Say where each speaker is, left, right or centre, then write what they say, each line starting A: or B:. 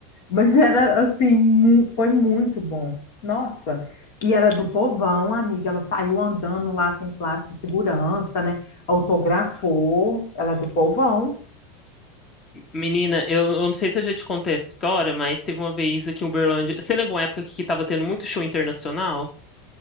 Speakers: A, on the left (about 65°); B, on the left (about 25°).
A: Mas era assim, mu- foi muito bom. Nossa. E era do povão, amiga. Ela saiu andando lá sem classe de segurança, né? Autografou. Ela é do povão.
B: Menina, eu, eu não sei se eu já te contei essa história, mas teve uma vez aqui em Uberlândia. Você lembra uma época que tava tendo muito show internacional?